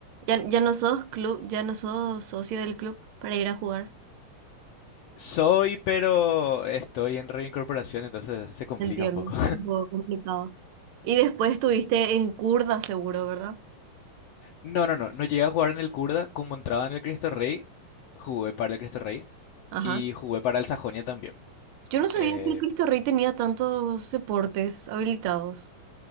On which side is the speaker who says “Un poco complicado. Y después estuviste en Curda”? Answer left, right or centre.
Right